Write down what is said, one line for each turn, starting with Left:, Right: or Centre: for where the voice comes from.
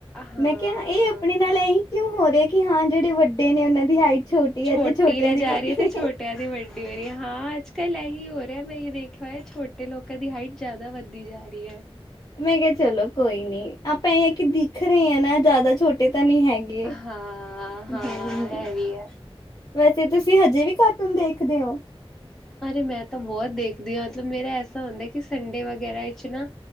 Centre: ਹਾਂ
Left: ਮੈਂ ਕਿਹਾ ਇਹ ਆਪਣੇ ਨਾਲ ਐਈ ਕਿਉਂ ਹੋ ਰਿਹਾ, ਕਿ ਹਾਂ ਜਿਹੜੇ ਵੱਡੇ ਨੇ ਉਹਨਾਂ ਦੀ ਹਾਈਟ
Centre: ਛੋਟੀ
Left: ਹੈ ਤੇ ਛੋਟਿਆਂ
Centre: ਰਹਿ
Left: ਦੀ
Centre: ਜਾ
Left: ਵੱਡੀ
Centre: ਰਹੀ ਹੈ, ਤੇ ਛੋਟਿਆਂ ਦੀ ਵੱਡੀ ਹੋ ਰਹੀ ਹੈ। ਹਾਂ ਅੱਜ ਕੱਲ ਇਹੀ ਹੋ ਰਿਹਾ। ਮੈਂ ਇਹ ਦੇਖਿਆ, ਛੋਟੇ ਲੋਕਾਂ ਦੀ ਹਾਈਟ ਜਿਆਦਾ ਵੱਧਦੀ ਜਾ ਰਹੀ ਹੈ।
Left: ਮੈਂ ਕਿਹਾ ਚਲੋ ਕੋਈ ਨੀ, ਆਪਾਂ ਇਹ ਹੈ। ਕਿ ਦਿਖ ਰਹੇ ਹਾਂ, ਨਾ ਜ਼ਿਆਦਾ ਛੋਟੇ ਤਾਂ ਨਹੀਂ ਹੈਗੇ,
Centre: ਹਾਂ ਹਾਂ
Left: ਹੂੰ
Centre: ਇਹ ਵੀ ਹੈ।
Left: ਵੈਸੇ ਤੁਸੀਂ ਹਜੇ ਵੀ ਕਟ ਤੁਮ ਦੇਖਦੇ ਹੋ?
Centre: ਅਰੇ ਮੈਂ ਤਾਂ ਬਹੁਤ ਦੇਖਦੀ ਹਾਂ। ਮਤਲਬ ਮੇਰਾ ਐਸਾ ਹੁੰਦਾ। ਕਿ ਸੰਡੇ ਵਗੈਰਾ ਵਿੱਚ ਨਾ